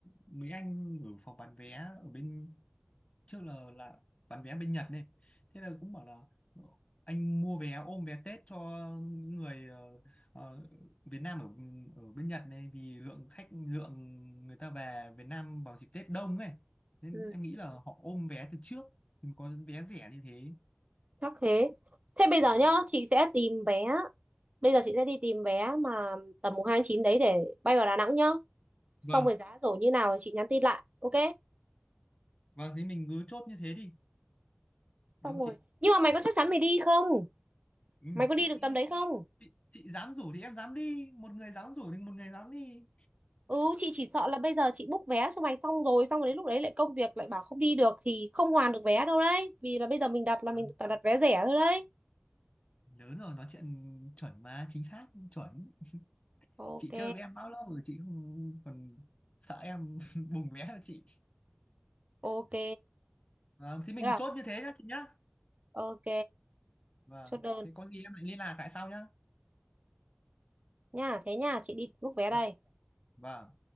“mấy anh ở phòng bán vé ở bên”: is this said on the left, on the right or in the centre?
Left